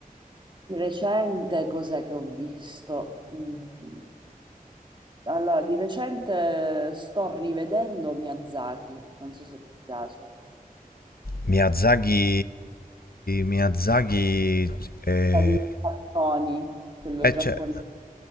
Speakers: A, on the right; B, on the left.
A: di recente, cos'è che ho visto? Mm, Allora, di recente sto rivedendo Miyazaki, non so se ti piace.
B: Miyazaki... Miyazaki... eh,
A: Sta Di cartoni, quello
B: Eh,
A: giapponese.
B: ce-